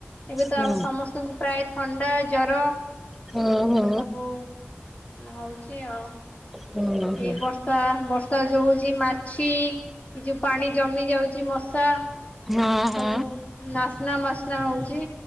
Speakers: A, on the left (about 35°); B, in the centre.
A: ଏବେ ତ
B: ହୁଁ
A: ଆ ସମସ୍ତ ପ୍ରାୟ ଥଣ୍ଡା ଜର ସବୁ।
B: ହୁଁ ହୁଁ।
A: ହଉଛି ଆଉ ଏଇ
B: ହୁଁ ହୁଁ
A: ବ ବର୍ଷା ବର୍ଷା ଯଉ ହଉଛି ମାଛି ଏ ଯଉ ପାଣି ଜମି ଯାଉଛି ମଶା
B: ହଁ
A: ସବୁ
B: ହଁ
A: ନାସ୍ନା ମାସ୍ନା ହଉଛି